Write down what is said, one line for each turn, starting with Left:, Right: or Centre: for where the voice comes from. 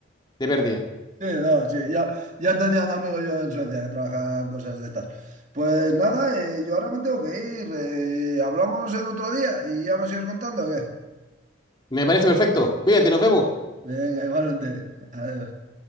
Left: de pérdida.
Right: no, sí, ya, ya tenía un amigo yo en Suecia que trabajaba cosas de estas. Pues nada, eh, yo ahora me tengo que ir. eh, hablamos en otro día y ya me sigues contando, ¿o ¿qué?
Left: Me parece perfecto. Cuídate, nos vemos.
Right: Venga, igualmente. <laughs> Adiós.